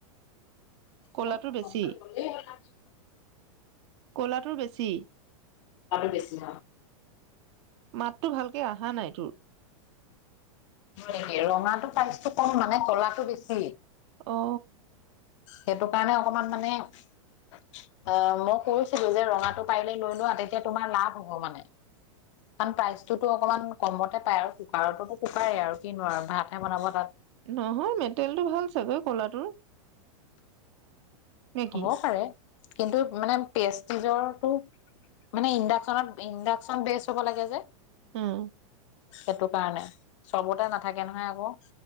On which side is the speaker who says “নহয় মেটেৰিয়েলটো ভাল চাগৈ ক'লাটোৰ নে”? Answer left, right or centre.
Right